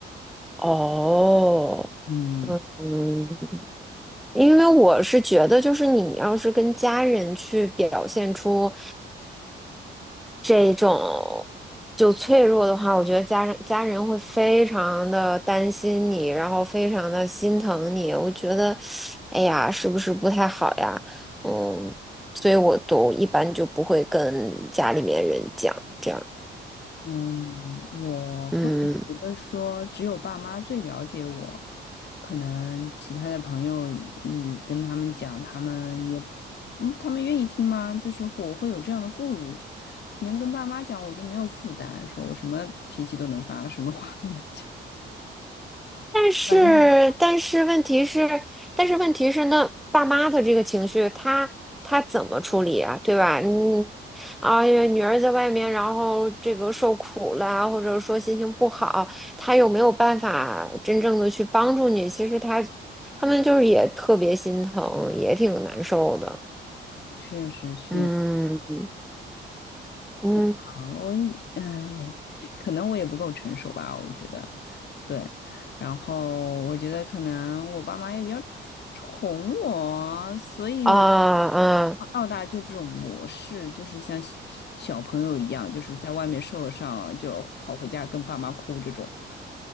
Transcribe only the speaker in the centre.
哦，
嗯，因为我是觉得，就是你要是跟家人去表现出这种就脆弱的话，我觉得家人家人会非常的担心你，然后非常的心疼你。我觉得，哎呀，是不是不太好呀？嗯，所以我都一般就不会跟家里面人讲这样。
嗯。
但是，
但是问题是，但是问题是，那爸妈的这个情绪，他他怎么处理啊？对吧？嗯，啊，因为女儿在外面，然后这个受苦了，或者说心情不好，他又没有办法真正的去帮助你。其实他他们就是也特别心疼，也挺难受的。
嗯嗯
啊啊